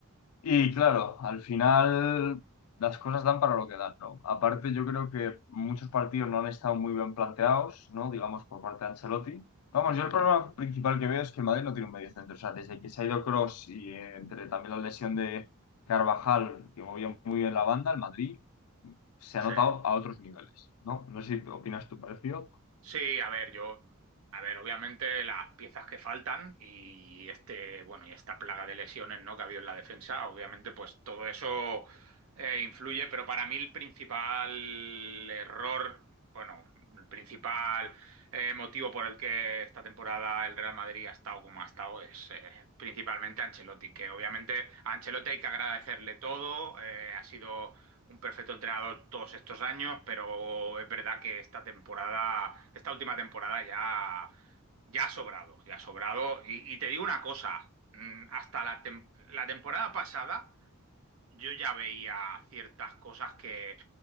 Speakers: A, on the left; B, on the right.
A: Y claro, al final las cosas dan para lo que dan, ¿no? Aparte, yo creo que muchos partidos no han estado muy bien planteados, ¿no? Digamos, por parte de Ancelotti. Vamos,
B: Ujú.
A: yo el problema principal que veo es que el Madrid no tiene un medio centro. O sea, desde que se ha ido Kroos y eh, entre también la lesión de Carvajal, que movía muy bien la banda, el Madrid se
B: Sí.
A: ha notado a otros niveles, ¿no? No sé si opinas tú parecido.
B: Sí, a ver, yo, a ver, obviamente las piezas que faltan y este, bueno, y esta plaga de lesiones, ¿no? que ha habido en la defensa, obviamente, pues todo eso eh, influye, pero para mí el principal error, bueno, el principal eh, motivo por el que esta temporada el Real Madrid ha estado como ha estado es eh, principalmente Ancelotti, que obviamente a Ancelotti hay que agradecerle todo, eh, ha sido un perfecto entrenador todos estos años, pero es verdad que esta temporada, esta última temporada ya, ya ha sobrado, ya ha sobrado. Y, y te digo una cosa, mm, hasta la, tem- la temporada pasada yo ya veía ciertas cosas que,